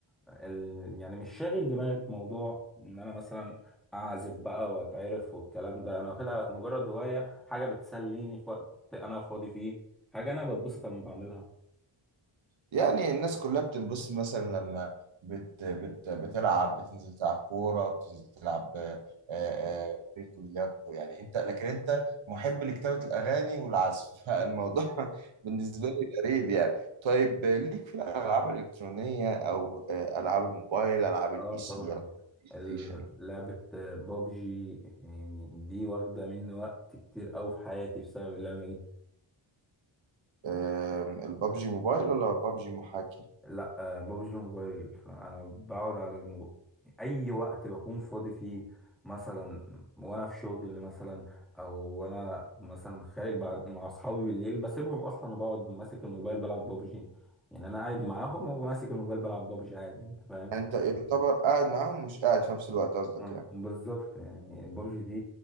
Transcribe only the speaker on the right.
يعني الناس كلها بتنبسط مثلا لما بت... بت... بتلعب بتنزل تلعب كوره بتنزل تلعب آه، آه، بينج وبلياردو يعني انت لكن انت محب لكتابه الاغاني والعزف <laughs> فالموضوع بالنسبه لي غريب يعني طيب آه، ليك في الالعاب الالكترونيه او آه، العاب الموبايل العاب
البي سي
العاب البلاي
ستيشن
آم، البابجي موبايل ولا بابجي محاكي
انت يعتبر قاعد معاهم ومش قاعد في نفس الوقت قصدك
يعني